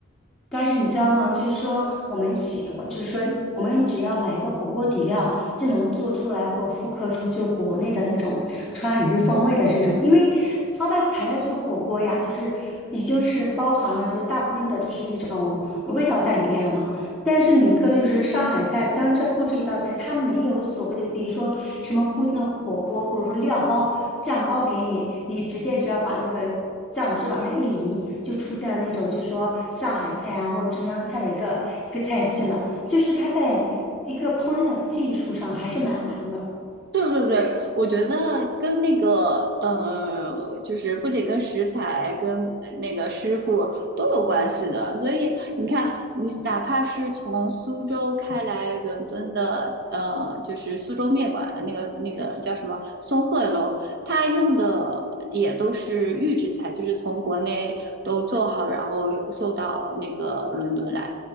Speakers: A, in the centre; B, on the right.
A: 但是你知道吗？就是说我们喜欢，就是说我们只要买一个火锅底料，就能做出来或者复刻出就国内的那种川渝风味的这种，因为它的材料就是火锅呀，就是已经是包含了就是大部分的就是那种味道在里面了嘛。但是宁珂就是上海菜、江浙沪这一道菜，它没有所谓的，比如说什么固定的火锅，或者说料包、酱包给你，你直接只要把那个酱汁往上一淋，就出现了那种就是说上海菜啊或者浙江菜的一个一个菜系了。就是它在一个烹饪的技术上还是蛮难的。
B: 对对对，我觉得跟那个呃，就是不仅跟食材、跟那个师傅都有关系的。所以你看，你哪怕是从苏州开来伦敦的，呃，就是苏州面馆那个那个叫什么松鹤楼，它用的也都是预制菜，就是从国内都做好，然后送到那个伦敦来。